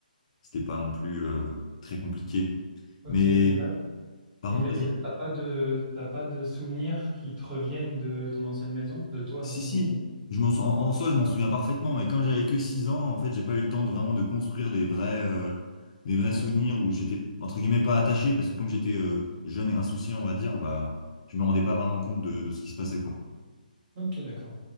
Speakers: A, on the left; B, on the right.
A: c'était pas non plus euh, très compliqué.
B: Ok,
A: Mais,
B: et là,
A: pardon,
B: et là,
A: vas-y.
B: et là, t'as pas de, t'as pas de souvenirs qui te reviennent de ton ancienne maison, de toi
A: Si,
B: dans ton
A: si,
B: ancienne maison,
A: je m'en, sou- en, en soi, je m'en souviens parfaitement, mais comme j'avais que 6 ans, en fait, j'ai pas eu le temps de vraiment de construire des vrais, euh, des vrais
B: tes vrais
A: souvenirs
B: souvenirs?
A: où j'étais, entre guillemets, pas attaché, parce que comme j'étais euh, jeune et insouciant, on va dire, bah, je me rendais pas vraiment compte de, de ce qui se passait, quoi.
B: Ok, d'accord.